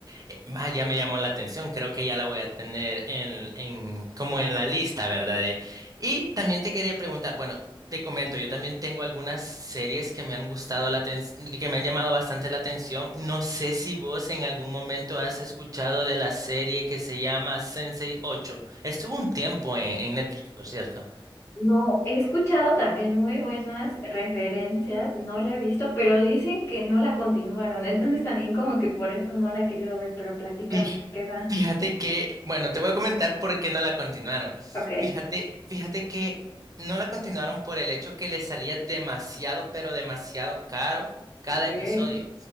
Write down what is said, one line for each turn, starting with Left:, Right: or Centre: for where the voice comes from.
Right: eh, Ah, ya me llamó la atención, creo que ya la voy a tener en, en, como en la lista, ¿verdad? De- y también te quería preguntar, bueno, te comento, yo también tengo algunas series que me han gustado la aten- que me han llamado bastante la atención. No sé si vos en algún momento has escuchado de la serie que se llama Sensei 8. Estuvo un tiempo en, en Netflix, por cierto.
Left: No, he escuchado también muy buenas referencias, no la he visto, pero dicen que no la continuaron, entonces también como que por eso no la he querido ver, pero platícame,
Right: Fij-
Left: ¿de ¿qué va?
Right: Fíjate que, bueno, te voy a comentar por qué no la continuaron.
Left: ¿Ok?
Right: Fíjate, fíjate que no la continuaron por el hecho que le salía demasiado, pero demasiado caro cada
Left: Ok.
Right: episodio.